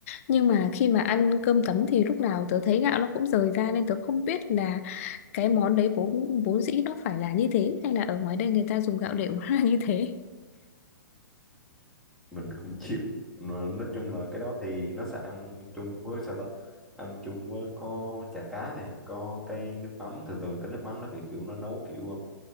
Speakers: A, on the left (about 40°); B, in the centre.
A: nhưng mà khi mà ăn cơm tấm thì lúc nào tớ thấy gạo nó cũng rời ra nên tớ không biết là cái món đấy vốn vốn dĩ nó phải là như thế hay là ở ngoài đây người ta dùng gạo đều <laughs> là như thế
B: mình cũng chịu Nó- nói chung là cái đó thì nó sẽ ăn chung với sao ta ăn chung với có chả cá này có cái nước mắm thường thường cái nước mắm nó kiểu, kiểu nó nấu kiểu um,